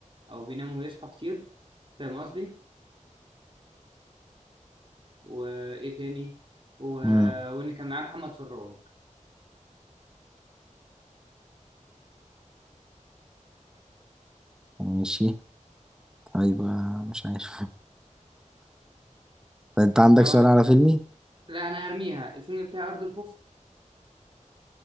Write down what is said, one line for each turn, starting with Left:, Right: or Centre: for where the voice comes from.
Right: أو بينام ويصحى كتير فاهم قصدي؟ وإيه تاني؟ و...
Centre: مم.
Right: وإن كان معاه محمد فراج
Centre: ماشي طيب آه، مش عارف طب انت عندك
Right: طبعا
Centre: سؤال على فيلمي
Right: لا أنا هرميها الفيلم بتاع أرض الخوف